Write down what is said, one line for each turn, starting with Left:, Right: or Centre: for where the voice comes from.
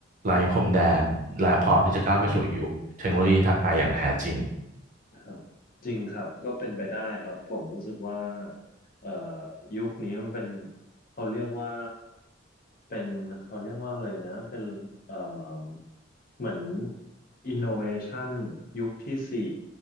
Right: ไร้พรมแดนและพร้อมที่จะก้าวไปสู่ยุคเทคโนโลยีถัดไปอย่างแท้จริง
Left: อืม ครับจริงครับก็เป็นไปได้ครับผมรู้สึกว่าเอ่อยุคนี้มันเป็นเขาเรียกว่าเป็นเขาเรียกว่าเลยนะเป็นเอ่อเหมือน innovation ยุคที่สี่